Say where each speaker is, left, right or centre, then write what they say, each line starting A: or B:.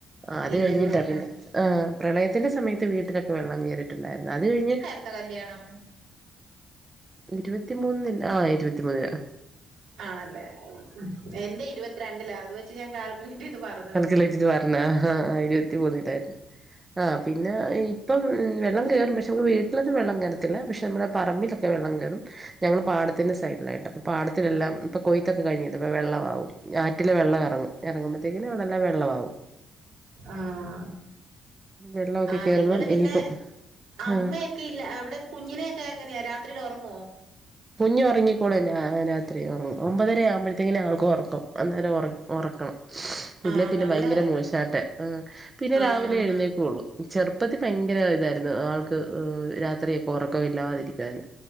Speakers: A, on the right; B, on the right.
A: ആഹ് അത്
B: ഇല്ലല്ലേ
A: കഴിഞ്ഞിട്ടാ പിന്നെ
B: ആഹ്
A: ആഹ് പ്രളയത്തിന്റെ സമയത്ത് വീട്ടിലൊക്കെ വെള്ളം കയറിട്ടുണ്ടായിരുന്നു അത് കഴിഞ്ഞ്
B: എന്നാ കല്യാണം?
A: ഇരുപത്തിമൂന്ന് ആ ഇരുപത്തിമൂന്ന്ന്
B: ആണല്ലേ എന്റെ ഇരുപത്തിരണ്ടില അത് വെച്ച് ഞാൻ കാൽക്കുലേറ്റ് ചെയ്ത് പറഞ്ഞു
A: കൽക്കുലേറ്റിട്ട് പറഞ്ഞ ഹാ ഇരുപത്തി മൂന്നിലായിരുന്നു ആഹ് പിന്നെ ഇപ്പം വെള്ളം കയറും പക്ഷെ നമുക്ക് വീട്ടിലൊന്നും വെള്ളം കയറത്തില്ല പക്ഷെ നമ്മുടെ പറമ്പിലൊക്കെ വെള്ളം കയറും ഞങ്ങള്ൾ പാടത്തിന്റെ സൈഡിലായിട്ട് അപ്പൊ പാടത്തിലെല്ലാം ഇപ്പൊ കൊയ്ത്തൊക്കെ കഴിഞ്ഞത് ഇപ്പ വെള്ളമാവും ആറ്റില് വെള്ളം ഇറങ്ങും ഇറങ്ങുമ്പോഴത്തേക്കിന അവിടെല്ലാം വെള്ളമാവും
B: ആഹ്
A: വെള്ളമൊക്കെ
B: ആ
A: കയറുമ്പം
B: നിങ്ങള് പിന്നെ
A: ഇനിയിപ്പം
B: അമ്മയൊക്കെ
A: ആ
B: ല്ല അവിടെ കുഞ്ഞിനെയൊക്കെ എങ്ങനെയാ രാത്രിയിൽ ഉറങ്ങുവോ
A: കുഞ്ഞ് ഉറങ്ങിക്കോളും ആ രാത്രി ഉറങ്ങും ഒമ്പതര ആവുമ്പോഴത്തേക്കിനാ ആവൾക്കു ഉറക്കം അന്നേരം ഒറ ഒറക്കണം ഇല്ലെ
B: ആഹ്
A: പിന്നെ
B: നല്ല
A: ഭയങ്കര
B: കാര്യം
A: മൂശാട്ടെ ആ പിന്നെ
B: ആഹ്
A: രാവിലെ എഴുന്നേ ള്ളൂ ചെറുപ്പത്തി ഭയങ്കര ഇതായിരുന്നു ആൾക്ക് രാത്രിയൊക്കെ ഉറക്കം ഇല്ലാതിരിക്കുവായിരുന്നു